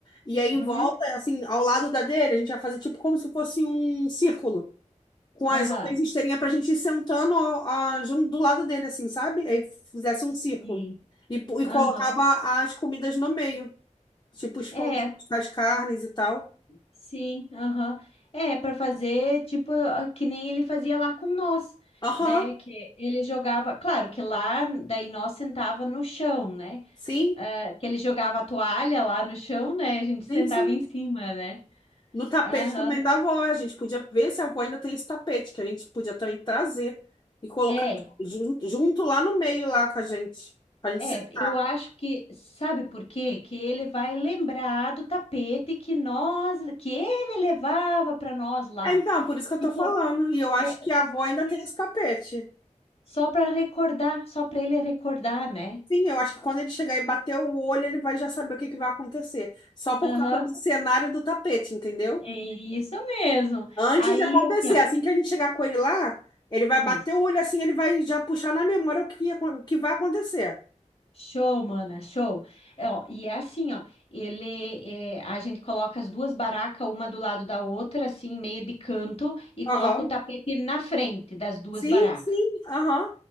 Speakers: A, on the left; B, on the left.
A: e aí em
B: Uhum.
A: volta, assim, ao lado da dele, a gente ia fazer, tipo, como se fosse um círculo, com as
B: Aham.
A: outras esteirinhas para a gente ir sentando ah, junto do lado dele, assim, sabe? Aí fizesse um círculo
B: Sim.
A: e, pu- e colocava
B: Aham.
A: as comidas no meio, tipo, os
B: É,
A: pães, as carnes e tal.
B: sim. Aham. É, para fazer tipo ah, que nem ele fazia lá com nós,
A: Aham,
B: né? Que ele jogava, claro que lá daí nós sentava no chão, né?
A: sim,
B: Ah, que ele jogava a toalha lá no chão, né? A gente sentava
A: sim, sim.
B: em cima, né?
A: No tapete
B: Aham.
A: também da avó, a gente podia ver se a avó ainda tem esse tapete, que a gente podia também trazer e colocar
B: É.
A: jun- junto, lá no meio, lá com a gente, pra gente
B: É,
A: sentar.
B: eu acho que, sabe por quê? Que ele vai lembrar do tapete que nós, que ele levava para nós lá.
A: É, então, por isso que eu
B: Tipo,
A: tô falando. E eu acho
B: é
A: que a avó ainda
B: isso.
A: tem esse tapete.
B: Só para recordar, só para ele recordar, né?
A: Sim, eu acho que quando ele chegar e bater o olho, ele vai já saber o que que vai acontecer. Só por
B: Aham.
A: causa do cenário do tapete, entendeu?
B: É Isso mesmo.
A: Antes
B: Aí,
A: de acontecer,
B: assim, ó,
A: assim que a gente chegar com ele lá, ele vai
B: isso.
A: bater o olho assim, ele vai já puxar na memória o que, ia o que vai acontecer.
B: Show, mana, show. É, ó, e é assim, ó, ele, é, a gente coloca as duas barracas, uma do lado da outra, assim, meio de canto, e
A: Aham.
B: coloca o tapete na frente das duas
A: Sim,
B: barracas.
A: sim, aham,